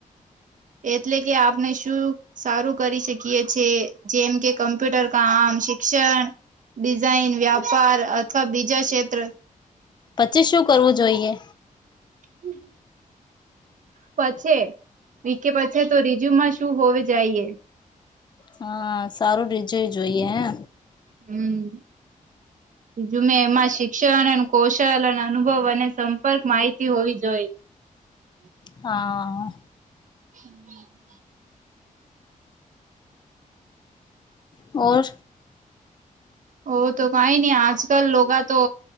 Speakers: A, on the right; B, on the left.
A: એટલે કે આપણે શું સારું કરી શકીએ છે, જેમ કે ક મ્પ્યુટર કામ, શિક્ષણ, ડિઝાઇન, વ્યાપાર અથવા બીજા ક્ષેત્ર
B: પછી શું કરવું જોઈએ
A: હમ પછે વી કે બચે તો રીઝ્યુમમાં શું હોવે જાઈએ.
B: હા સારું રીજય જોઈએ એ
A: હમ. બીજું મેં એમાં શિક્ષણ અને કૌશલ અને અનુભવ અને સંપર્ક માહિતી હોવી જોઈ <unintelligible>
B: હા.
A: <inaudible>
B: ઓર
A: ઓ તો કાઈ ની આજ કલ લોકા તો